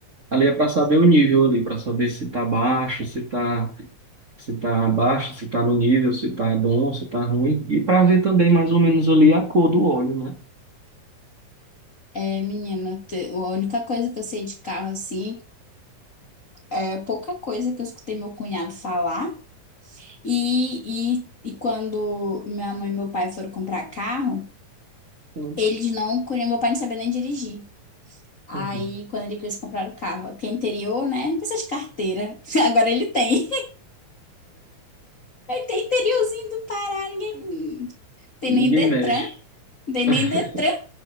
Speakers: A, on the right (about 35°); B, on the left (about 45°).
A: Ali é para saber o nível ali, para saber se tá baixo, se tá, se tá baixo, se tá no nível, se tá bom, se tá ruim. E para ver também mais ou menos ali a cor do óleo, né?
B: É, menina, te- a única coisa que eu sei de carro assim é pouca coisa que eu escutei meu cunhado falar. E, e, e quando minha mãe e meu pai foram comprar carro,
A: Uhum.
B: eles não conheciam, meu pai não sabia nem dirigir. Aí,
A: Uhum.
B: quando ele quis comprar o carro, porque é interior, né? Não precisa de carteira. <laughs> Agora ele tem. Aí tem interiorzinho do Pará, ninguém. Tem
A: Ninguém
B: nem Detran.
A: mexe.
B: Tem nem
A: <laughs>
B: Detran.